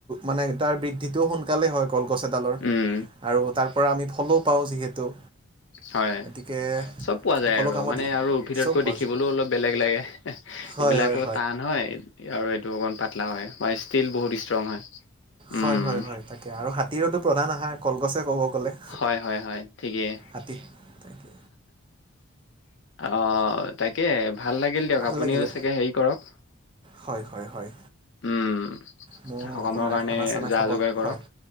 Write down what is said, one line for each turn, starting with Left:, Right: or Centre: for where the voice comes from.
Right: মানে তাৰ বৃদ্ধিটোও সোনকালেই হয় কলগছ এডালৰ।
Left: উম
Right: আৰু তাৰ পৰা আমি ফলো পাওঁ যিহেতু,
Left: হয়
Right: গতিকে
Left: চব পোৱা
Right: সকলো
Left: যায় আৰু
Right: কামত
Left: মানে আৰু উদ্ভিদতকৈ
Right: চব পোৱা
Left: দেখিবলৈও
Right: যায়
Left: অলপ বেলেগ লাগে। এইবিলাকো
Right: হয় হয়
Left: টান হয় আৰু এইটো অকণ পাতলা হয় <unintelligible> ষ্টীল বহুত ষ্ট্ৰং হয়। উম।
Right: হয় হয় হয় তাকে আৰু হাতীৰতো প্ৰধান আহাৰ কলগছে, ক'ব গ'লে
Left: হয়, হয়, হয়, ঠিকেই।
Right: হাতী তাকে
Left: অ' তাকেই, ভাল লাগিল দিয়ক।
Right: ভাল
Left: আপুনিও
Right: লাগিলে
Left: চাগে হেৰি কৰক
Right: হয়, হয়, হয়।
Left: উম।
Right: মোক
Left: সকামৰ
Right: আপোনাৰ
Left: কাৰণে
Right: খানা চানা
Left: যা
Right: খাব
Left: যোগাৰ কৰক।
Right: হয়